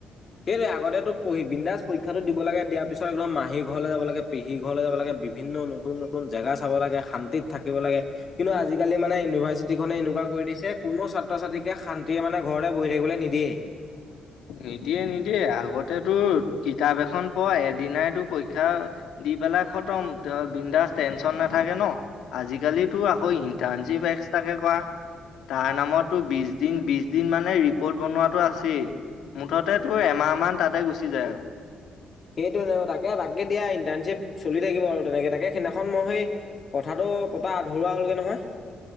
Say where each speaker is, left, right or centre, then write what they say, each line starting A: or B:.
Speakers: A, on the left (about 45°); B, on the left (about 75°).
A: কেলেই আগতে তো পঢ়ি বিন্দাছ পৰীক্ষাটো দি- লাগে দিয়াৰ পিছত একদম মাহী ঘৰলৈ যাব লাগে পেহী ঘৰলৈ যাব লাগে বিভিন্ন নতুন নতুন জেগা চাব লাগে শানি- <unintelligible> থাকিব লাগে কিন্তু আজিকালি মানে ইউনিভাৰ্চিটি খনে এনেকুৱা কৰি দিছে কোনো ছাত্ৰ ছাত্ৰীকে শান্তিয়ে মানে। <unintelligible> ঘৰলে বহি থাকিবলৈ নিদিয়ে।
B: নিদিয়ে, নিদিয়ে আগতে টো কিতাপ এখন পঢ় এদিনা- টো পৰীক্ষা দি পেলাই খতম <unintelligible> বিন্দাচ টেনচন নাথাকে ন। আজিকালি তোৰ আকৌ ইণ্টাৰ্ণশ্বিপ এক্সট্ৰাকে কৰা। তাৰ নামতটো বিশ দিন, বিশ দিন মানে ৰিপৰ্ট বনোৱাটো আছেই। মুঠতে তোৰ এমাহমান তাতে গুচি যায় আৰু।
A: সেইটোৱেটো তাকে, তাকে দিয়া ইণ্টাৰ্ণশ্বিপ চলি থাকিব আৰু তেনেকে তাকে সেইদিনাখন মই। <unintelligible> কথাটো পতা আধৰুৱা- হ'লগে নহয়।